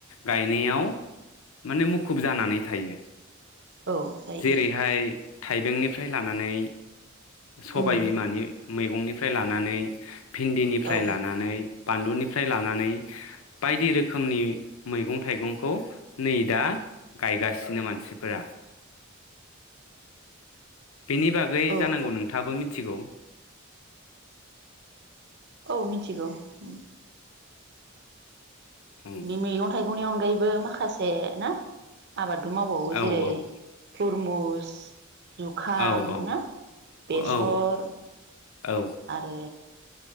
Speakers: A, on the left (about 85°); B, on the right (about 55°).
A: गायनायाव माने मुखुब जानानै थायो।
B: औ जायो।
A: जेरैहाय थाइबेंनिफ्राय लानानै सबाय
B: उम
A: बिमानि मैगंनिफ्राय लानानै भिन्दिनिफ्राय
B: औ
A: लानानै बानलुनिफ्राय लानानै बायदि रोखोमनि मैगं थाइगंखौ नै दा गायगासिनो मानसिफोरा। बेनि बागै
B: औ
A: जानांगौ नोंथाङाबो मि थिगौ।
B: औ मिथिगौ ओम।
A: उम
B: बे मैगं थाइगंनि अनगायैबो माखासे ना आबादबो मावबावो
A: ओ
B: जेरै
A: औ
B: थरमुस जुखाम
A: औ औ
B: ना बेसर
A: औ औ
B: आरो